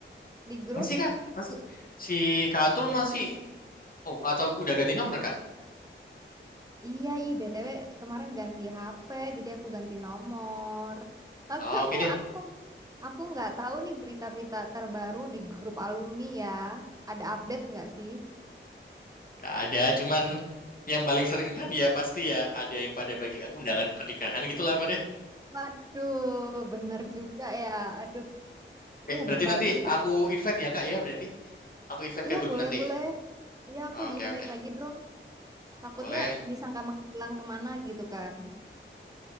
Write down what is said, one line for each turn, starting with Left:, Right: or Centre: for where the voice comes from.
Right: di grup?
Left: Masih Kak? Masih. Si Kak Atul masih oh atau udah ganti nomor Kak?
Right: Iya, i BTW kemarin ganti HP, jadi aku ganti nomor. Makanya
Left: Oke deh,
Right: aku aku nggak tahu nih berita-berita terbaru di grup alumni ya. Ada update nggak sih?
Left: nggak ada. Cuman yang paling sering kan ya pasti ya ada yang pada bagi aku undangan pernikahan gitu lah Pak.
Right: Waduh, bener juga ya. Aduh,
Left: Eh,
Right: eh
Left: berarti
Right: b- bagus
Left: nanti
Right: deh.
Left: aku invite ya Kak ya berarti. Aku invite
Right: Iya,
Left: ke grup
Right: boleh
Left: nanti.
Right: boleh. Iya, aku
Left: Oke,
Right: di-invite
Left: oke.
Right: lagi dong. Takutnya
Left: Boleh.
Right: disangka menghilang kemana gitu kan?